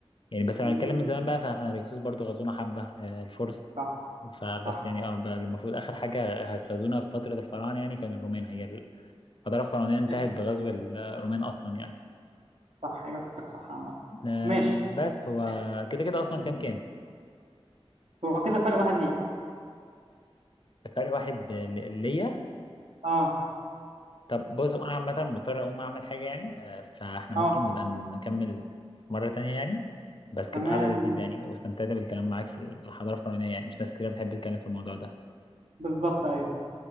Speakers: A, on the left (about 50°); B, on the right (about 85°).
A: يعني بس لو
B: مم،
A: هنتكلم من زمان بقى فاحنا الهكسوس برضو غزونا حبه أه، الفرس
B: صح
A: فبس
B: صح
A: يعني اه ب- المفروض اخر حاجه غزونا في فتره الفراعنه يعني كان الرومان هي الحضاره الفرعونيه انتهت
B: ماشي
A: بغزو الرومان اصلا يعني
B: صح اجابتك صح عامه
A: آم،
B: ماشي
A: بس هو
B: آه،
A: كده كده
B: اسالني
A: اصلا كام
B: انت
A: كام
B: هو كده فرق واحد ليك
A: فرق واحد ب- ل- ليا
B: اه
A: طب بص انا عامه مضطر اقوم اعمل حاجه يعني آه، فاحنا ممكن
B: اه
A: نبقى نكمل مره تانية يعني بس كانت
B: تمام
A: قاعده لذيذه
B: ماشي
A: يعني واستمتعت بالكلام معاك في الحضاره الفرعونيه يعني مش ناس كتير بتحب تتكلم في الموضوع ده
B: بالظبط ايوه